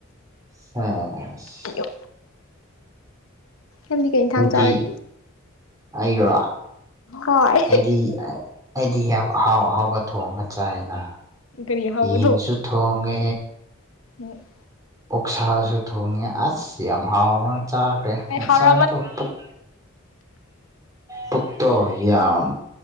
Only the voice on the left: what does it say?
ꯑꯌꯨꯛ ꯅꯪꯗꯤ ꯀꯩ ꯏꯟꯊꯥꯡ
ꯆꯥꯔꯒꯦ
ꯍꯋꯥꯏ
ꯀꯔꯤ ꯑꯍꯥꯎꯕ
ꯎꯝ
ꯀꯩ
ꯍꯥꯎꯔꯅꯤ